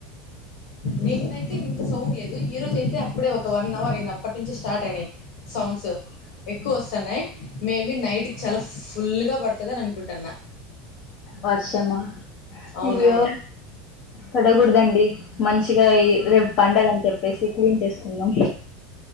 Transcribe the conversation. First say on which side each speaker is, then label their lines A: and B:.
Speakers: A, on the left (about 50°); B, on the left (about 35°).
A: నిన్నైతే ఇంత సౌండ్ లేదు ఈరోజు యితే అప్పుడే ఒక వన్ అవర్ అయింది అప్పటి నుంచి స్టార్ట్ అయినాయి సౌండ్స్ ఎక్కువ వస్తున్నాయి మేబీ నైట్కి చాలా ఫుల్గా పడుతుందిని అనుకుంటున్నా
B: వర్షమా
A: అవునవును
B: అయ్యో పడగుడదండి మంచి మంచిగా రేపు పండగ అని చెప్పేసి క్లీన్ చేసుకుందాం